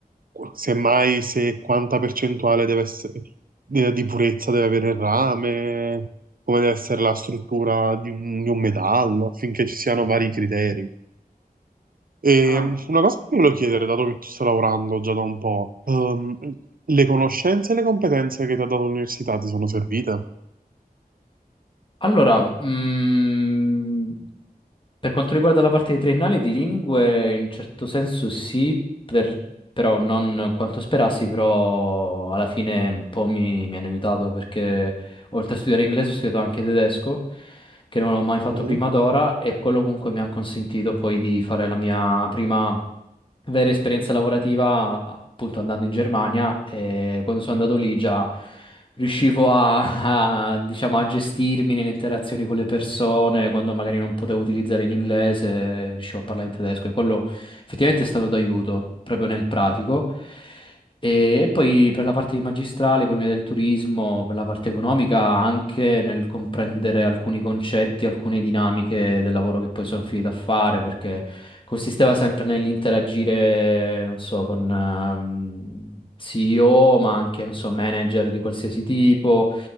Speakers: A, on the right; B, on the left.
A: semmai se quanta percentuale deve essere, de- di purezza deve avere il rame, come deve essere la struttura di un, di un metallo, affinché ci siano vari criteri. Ehm,
B: Ah.
A: una cosa che ti volevo chiedere, dato che tu stai lavorando già da un po', ehm, le conoscenze e le competenze che ti ha dato l'università ti sono servite?
B: Allora, mm, Per quanto riguarda la parte di triennale di lingue, in un certo senso sì, per- però non quanto sperassi, però alla fine un po' mi, mi hanno aiutato perché oltre a studiare inglese ho studiato anche tedesco, che non l'ho mai fatto
A: Mm.
B: prima d'ora e quello comunque mi ha consentito poi di fare la mia prima vera esperienza lavorativa appunto andando in Germania e quando sono andato lì già riuscivo a a, diciamo, a gestirmi nelle interazioni con le persone, quando magari non potevo utilizzare l'inglese, riuscivo a parlare in tedesco e quello effettivamente è stato d'aiuto proprio nel pratico. E, e poi per la parte di magistrale, economia del turismo, per la parte economica, anche nel comprendere alcuni concetti, alcune dinamiche del lavoro che poi sono finito a fare, perché consisteva sempre nell'interagire, non so, con ehm, CEO, ma anche, non so, manager di qualsiasi tipo.